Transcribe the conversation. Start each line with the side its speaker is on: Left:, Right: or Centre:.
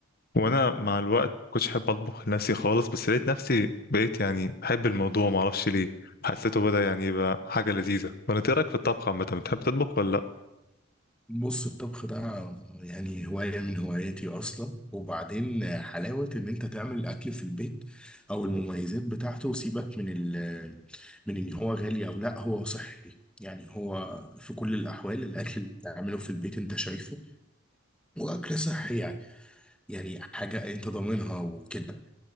Left: وانا مع الوقت ما كنتش حابب اطبخ لنفسي خالص بس لقيت نفسي بقيت يعني بحب الموضوع ما اعرفش ليه حسيته بدأ يعني يبقى حاجه لذيذه ولا إنت إيه رايك في الطبخ عامه بتحب تطبخ ولا لا
Centre: بص الطبخ ده يعني هواية من هواياتي أصلا وبعدين حلاوة إن أنت تعمل الأكل في البيت أو المميزات بتاعته وسيبك من ال من إن هو غالي أو لأ هو صحي يعني هو في كل الأحوال الأكل اللي بتعمله في البيت أنت شايفه وأكل صحي يعني يعني حاجة أنت ضامنها وكده